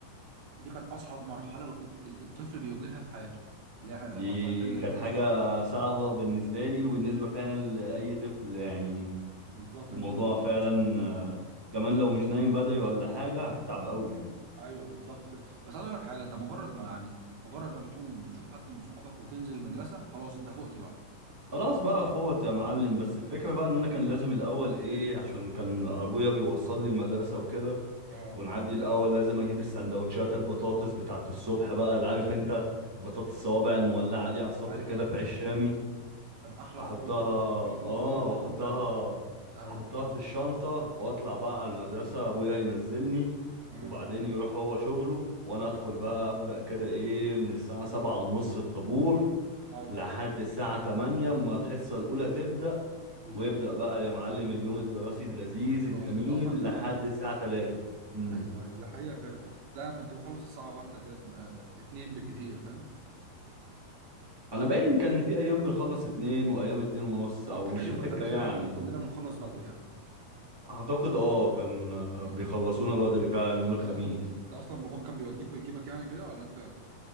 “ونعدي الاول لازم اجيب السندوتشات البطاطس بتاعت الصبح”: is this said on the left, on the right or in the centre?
Centre